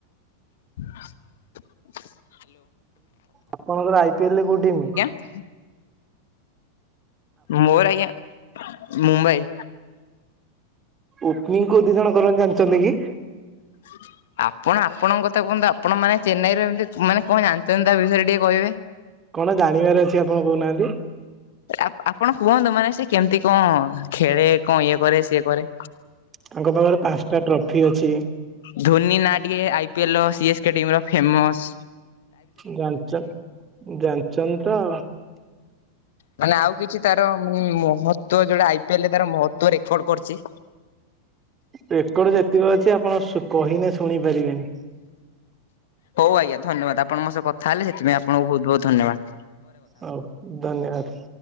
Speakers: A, on the left; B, on the right.
A: <inaudible>
B: ଆପଣଙ୍କର ଆଇ ପିଏଲ ରେ କୋଉ ଟିମ?
A: <inaudible> ମୋର ଆଜ୍ଞା। ମୁମ୍ବାଇ।
B: ଓପନିଂ କୋଉ ଦି ଜଣ କରନ୍ତୀ ଜାଣିଛନ୍ତି କି?
A: <inaudible> ଆପଣ ଆପଣଙ୍କ କଥା କୁହନ୍ତୁ। ଆପଣ ମାନେ ଚେନ୍ନାଇରେ ଏମିତି, ମାନେ କଣ ଜାଣିଛନ୍ତି ତା ବିଷୟରେ ଟିକେ କହିବେ?
B: କଣ ଜାଣିବାର ଅଛି ଆପଣ କହୁନାହାନ୍ତି?
A: ଆପ ଆପଣ କୁହନ୍ତୁ ମାନେ ସେ କେମିତି କଣ ଖେଳେ କଣ ଇଏ କରେ ସିଏ କରେ?
B: ତାଙ୍କ ପାଖରେ ପାଞ୍ଚଟା ଟ୍ରଫି ଅଛି।
A: ଧୋନି ନାଁ ଟିକେ ଆଇ ପିଏଲ ର ସିଏସ କେ ଟିମ ର ଫେମସ।
B: ଜାଣିଚ ଜାଣିଛନ୍ତି ତ।
A: ମାନେ ଆଉ କିଛି ତାରା ମହତ୍ଵ ଯୋଉଟା ଆଇ ପିଏଲ ରେ ତାର ମହତ୍ଵ ରେକର୍ଡ କରିଛି।
B: ରେକର୍ଡ ଯେତିକି ଅଛି ଆପଣ ଶୁ କହିନେ ଶୁଣି ପାରିବେନି।
A: ହଉ ଆଜ୍ଞା ଧନ୍ୟବାଦ। ଆପଣଙ୍କ ମୋ ସହ କଥା ହେଲେ ସେଥି ପାଇ ଆପଣଙ୍କୁ ବହୁତ୍ ବହୁତ୍ ଧନ୍ୟବାଦ୍।
B: ହଉ ଧନ୍ୟବାଦ।